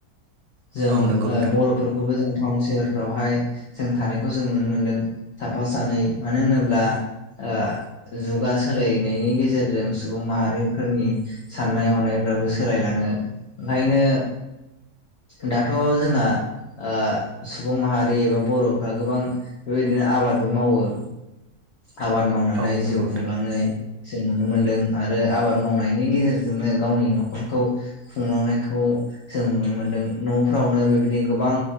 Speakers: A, on the left (about 80°); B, on the right (about 75°).
A: जों
B: औ नंगौ
A: ओ
B: नोंथां
A: बर'फोरखौबो जों टाउन सोहोरफ्रावहाय जों थानायखौ जों नुनो मोनदों साफा सानै मानो होनोब्ला ओ जुगा सोलायनायनि गेजेरजों सुबुं माहारिफोरनि साननाय हनायफ्राबो सोलायलाङो ओंखायनो दाथ जोंना ओ सुबुं माहारि एबा बर'फ्रा गोबां बेबायदिनो आबादबो मावो आबाद मावनानै
B: औ नंगौ
A: जिउ
B: नोंथां
A: खुंलांयै जों नुनो मोनदों आरो आबाद मावनायनि गेजेरजोंनो गावनि न'खरखौ खुंलांनायखौ जों नुनो मोन्दों न'फ्रावनो बेबायदि गोबां